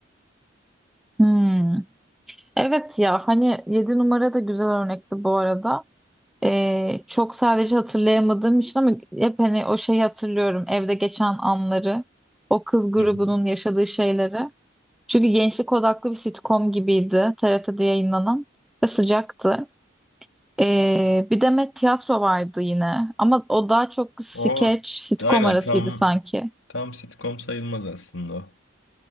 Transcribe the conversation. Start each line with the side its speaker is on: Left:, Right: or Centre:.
Centre: Hmm. Evet ya hani yedi numara da güzel örnekti bu arada. Ee, çok sadece hatırlayamadığım için ama hep hani o şeyi hatırlıyorum. Evde geçen anları, o kız grubunun
Left: Hı hı.
Centre: yaşadığı şeyleri. Çünkü gençlik odaklı bir sitcom gibiydi TRT'de yayınlanan ve sıcaktı. Ee, bir de Met Tiyatro vardı yine ama o daha çok skeç,
Left: O
Centre: sitcom
Left: aynen
Centre: arasıydı
Left: tam
Centre: sanki.
Left: tam sitcom sayılmaz aslında o.